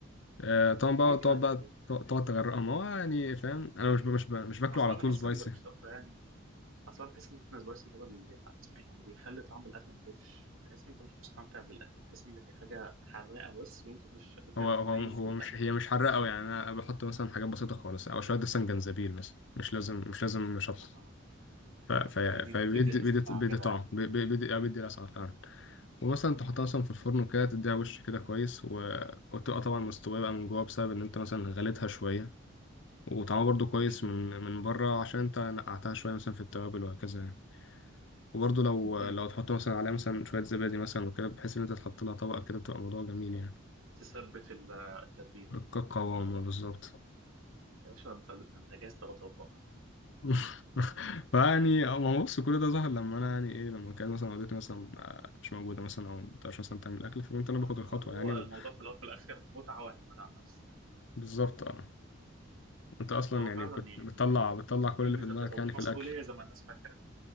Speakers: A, on the left; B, on the right.
A: آه، طبعا
B: ليه
A: بقى
B: كده
A: تقعد
B: كئيب؟
A: بقى تقعد تغرقها ما هو يعني فاهم انا مش مش مش باكله
B: اصلا
A: على
B: بحس
A: طول سبايسي
B: ان الشطه يعني اصلا بحس ان سبايسي كده بي... يعني بيخلي طعم الاكل ملوش بتحس ان انت مش مستمتع بالاكل بتحس ان في حاجه حراقه بس وانت مش قادر
A: هو
B: تميز
A: هو هو
B: الاكل
A: مش هي مش حراقه قوي يعني انا بحط مثلا حاجات بسيطه خالص او شويه مثلا جنزبيل مثلا مش لازم مش لازم شطه
B: آه.
A: ف ف
B: مهم.
A: فبيدي
B: تدي لسعه
A: بيدي بيدي
B: كده
A: طعم
B: يعني
A: بي- بي- بيدي آه، بيدي لسعه فعلا ومثلا تحطها مثلا في الفرن
B: مهم.
A: وكده تديها وش كده كويس و... وتبقى طبعا مستويه بقى من جوه بسبب ان انت مثلا غليتها شويه وطعمها برضو كويس
B: مهم.
A: من من بره عشان انت نقعتها شويه مثلا في التوابل وهكذا يعني. وبرضه لو
B: مهم.
A: لو تحط مثلا عليها مثلا شوية زبادي مثلا وكده بحيث إن أنت تحط لها طبقة كده بتبقى موضوع جميل يعني
B: تثبت ال- التتبيله
A: كقوامة بالظبط
B: يا باشا انت انت جاهز تبقى طباخ
A: <laughs> فيعني هو بص كل ده ظهر لما أنا يعني إيه لما كانت مثلا والدتي مثلا آه، مش موجودة مثلا أو مبتقدرش مثلا تعمل أكل فكنت أنا
B: آه،
A: باخد الخطوة
B: هو
A: يعني و-
B: الموضوع في الاول وفي الاخر متعه واعتماد على النفس
A: بالظبط أه أنت أصلا
B: هو
A: يعني
B: فعلا
A: بت-
B: يعني
A: بتطلع بتطلع كل
B: دي الميزه
A: اللي في دماغك
B: بتاعته هو
A: يعني
B: مش
A: في
B: مسؤوليه
A: الأكل
B: زي ما الناس فاكره